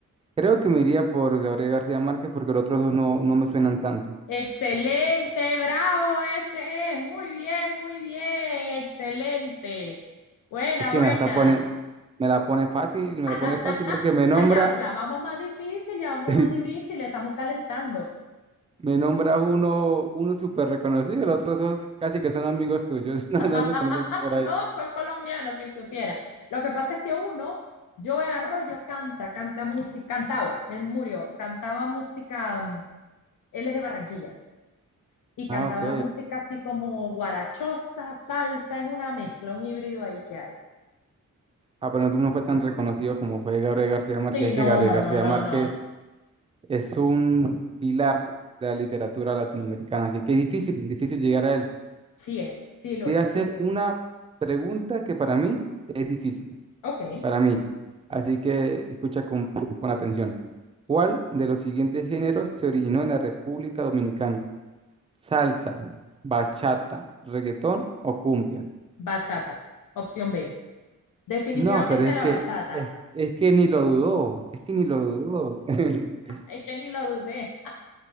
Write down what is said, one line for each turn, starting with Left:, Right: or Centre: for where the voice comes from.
Right: Creo que me iría por Gabriel García Márquez porque los otros dos no, no me suenan tanto.
Left: Excelente, bravo, ese es, muy bien, muy bien, excelente. Buena,
Right: Es que
Left: buena.
Right: me la está pone, me la pone fácil, me
Left: <laughs>
Right: la pone fácil porque me nombra,
Left: Ah, ya, ya vamos más difícil, ya vamos
Right: <laughs>
Left: más difícil, estamos calentando.
Right: me nombra uno, uno súper reconocido, los otros dos casi que son amigos tuyos, <laughs> no,
Left: <laughs>
Right: no se conocen por ahí.
Left: No, son colombianos, si supiera. Lo que pasa es que uno, Joe Arroyo canta, canta música, cantaba, él murió, cantaba música, mm, él es de Barranquilla, y cantaba
Right: Ah, ok.
Left: música así como guarachosa, salsa, es una mezcla, un híbrido ahí que hay.
Right: Ah, pero entonces no fue tan reconocido como fue Gabriel García Márquez,
Left: Sí,
Right: es
Left: no,
Right: que Gabriel
Left: no,
Right: García
Left: no, no,
Right: Márquez
Left: no.
Right: es un pilar de la literatura latinoamericana, así que es difícil, difícil llegar a él.
Left: Sí es, sí lo
Right: Te
Left: es,
Right: voy a hacer
Left: sí lo
Right: una
Left: es.
Right: pregunta que para mí es difícil,
Left: Ok,
Right: para mí, así que escucha con, con atención. ¿Cuál de los siguientes géneros se originó en la República Dominicana? ¿Salsa, bachata, reggaetón o cumbia?
Left: bachata, opción B. Definitivamente
Right: No, pero es
Left: la
Right: que,
Left: bachata.
Right: es, es que ni lo dudó, es que ni lo dudó. <laughs>
Left: Es que ni lo dudé.